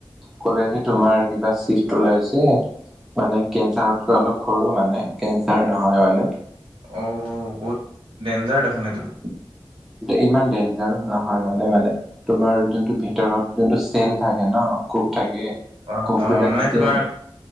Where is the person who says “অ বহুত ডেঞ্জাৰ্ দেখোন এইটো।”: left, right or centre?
Right